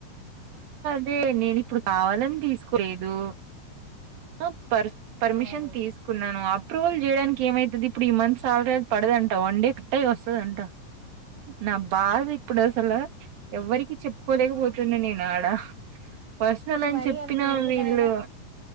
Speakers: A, on the right; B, on the right.
A: అ నేను ఇప్పుడు కావాల తీసుకోలేదు ఆ పర్మిషన్
B: అవును
A: తీసుకున్నాను అప్రూవల్ చేయడానికి ఏమైతుది ఇప్పుడు ఈ మంత్ సాలరీ పడదంట వన్ డే కట్ట వస్తుందంట నా బాధ ఇప్పుడ ఆసల ఎవ్వరికి చెప్పుకోలేకపోతుంది నేను ఆడ పర్సనల్ అని
B: మరి
A: చెప్పినా
B: అంత ఏంటిదాయనా
A: వీళ్ళు